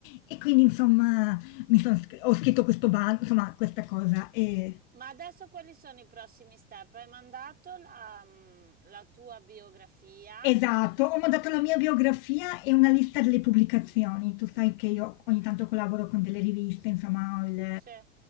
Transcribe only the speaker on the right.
Ma adesso quali sono i prossimi step? Hai mandato la, mm, la tua biografia?
Sì.